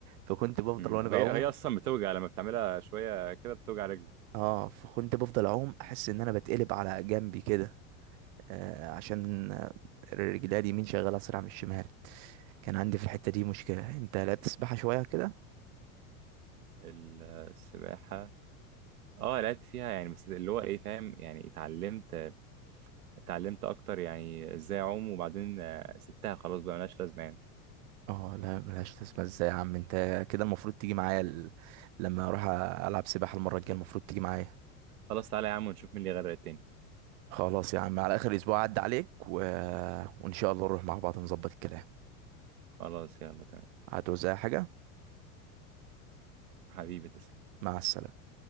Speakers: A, on the right; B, on the right.
A: فكنت بفضل
B: أمم.
A: وانا
B: وهي
A: بعوم
B: هي أصلا بتوجع لما بتعملها شوية كده بتوجع رجلي
A: اه فكنت بفضل اعوم احس
B: أمم.
A: ان انا بتقلب على جنبي كده آه عشان آه، رجلي اليمين شغاله اسرع من الشمال كان عندي في الحته دي مشكله انت لا بتسبحها شويه كده
B: ال- السباحة أه لعبت فيها يعني بس اللي هو إيه فاهم يعني اتعلمت اتعلمت أكتر يعني إزاي أعوم وبعدين آه، سبتها خلاص بقى ملهاش لازمة يعني
A: اه لا ملهاش تسبح ازاي يا عم انت كده المفروض تيجي معايا ال... لما اروح العب سباحه المره الجايه المفروض تيجي معايا
B: خلاص تعالى يا عم ونشوف مين اللي غير التاني
A: خلاص يا عم على اخر اسبوع عدى عليك و... وان شاء الله نروح مع بعض نظبط الكلام
B: خلاص يلا تمام
A: هتوزع حاجه
B: حبيبي تسلم
A: مع السلامه